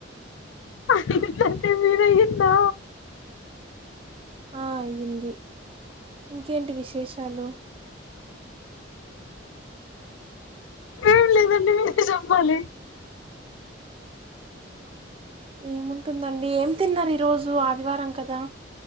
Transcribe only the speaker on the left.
అయ్యిందండి మీది అయ్యిందా
ఏం లేదండి మీరే చెప్పాలి